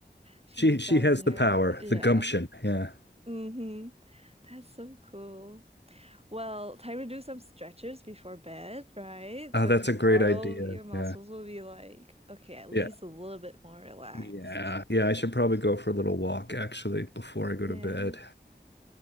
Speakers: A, on the right (about 35°); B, on the left (about 70°).
A: she
B: She,
A: has
B: she
A: that
B: has
A: in her.
B: the power,
A: Yeah.
B: the gumption. Yeah.
A: Mm-hmm. That's so cool. Well, time to do some stretches before bed, right?
B: Oh,
A: So
B: that's
A: tomorrow
B: a great idea.
A: your muscles
B: Yeah.
A: will be like, okay, at least
B: Yeah.
A: a little bit more relaxed.
B: Yeah, yeah, I should probably go for a little walk actually before I go
A: Yeah.
B: to bed.